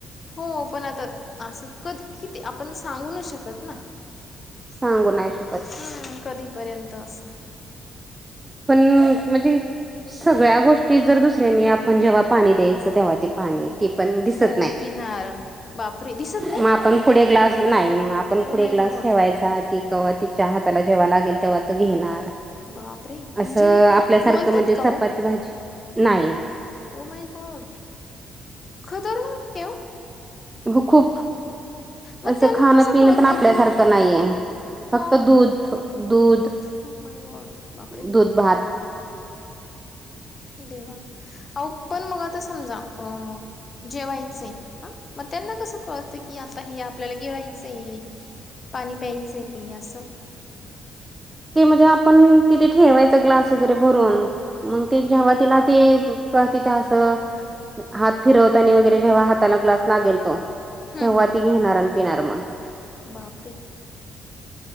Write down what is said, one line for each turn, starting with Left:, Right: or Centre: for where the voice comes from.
Left: हो पण, आता असत कध किती आपण सांगू नाही शकत ना.
Right: सांगू नाही शकत.
Left: हम्म कधीपर्यंत अस
Right: पण म्हजे सगळ्या गोष्टी जर दुसऱ्यांनी, आपण जेव्हा पाणी द्यायचं, तेव्हा ते पाणी ती पण दिसत
Left: हो
Right: नाही,
Left: पिणार बापरे दिसत नाही
Right: मग आपण पुढे ग्लास नाही, म आपण
Left: ओ
Right: पुढे
Left: माय
Right: ग्लास
Left: गॉड
Right: ठेवायचा. ती कवा तिच्या हाताला जेव्हा लागेल तेव्हा तो घेणार
Left: बापरे!
Right: असं
Left: म्हणजे
Right: आपल्यासारखं
Left: बोलतात
Right: म्हणजे,
Left: का
Right: चपाती
Left: ओ
Right: भाजी नाही.
Left: ओ माय गॉड, खतरनाक हे हो.
Right: अगं खूप.
Left: मग
Right: असं
Left: त्यांना
Right: खाणं
Left: कसं
Right: पिणं
Left: कळतं
Right: पण आपल्यासारखं
Left: की
Right: नाहीये. फक्त
Left: मग
Right: दूध दूध,
Left: हो माय गॉड बापरे
Right: दूध-भात.
Left: देवा, अहो पण मग आता समजा अ जेवायचय, ह मग त्यांना कसं कळतं की, आता हे आपल्याला गिळायचय पाणी प्यायचय हे असं.
Right: ते म्हणजे आपण तिथे ठेवायच ग्लास वगैरे भरून. मग ते जेंव्हा तिला ते का तिच्या असं हात फिरवतानी वगैरे जेव्हा हाताला ग्लास लागेल तो
Left: हम्म
Right: तेंव्हा
Left: हम्म
Right: ती घेणार आण पिणार मग
Left: बापरे!